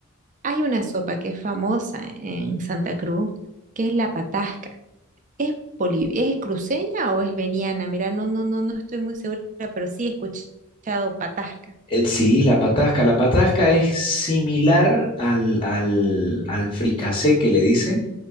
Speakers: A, on the right; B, on the left.
A: Hay una sopa que es famosa en Santa Cruz, que es la patasca. ¿Es boliv- es cruceña o es veniana? Mira, no, no, no, no estoy muy segura, pero sí he escuchado patasca.
B: Eh, Sí, la patasca. La patasca es similar al, al, al fricasé que le dicen,